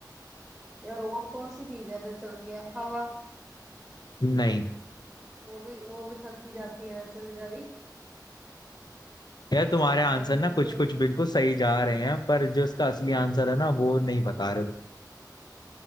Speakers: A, in the centre; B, on the left.
A: यार और कौन सी चीज है जो चलती है हवा
B: नहीं
A: वो भी वो भी थक ही जाती है वैसे बेचारी
B: यार तुम्हारे
A: तो
B: आंसर ना
A: मुझे
B: कुछ कुछ बिल्कुल सही जा रहे हैं पर जो इसका असली आंसर है ना वो नहीं बता रहे तुम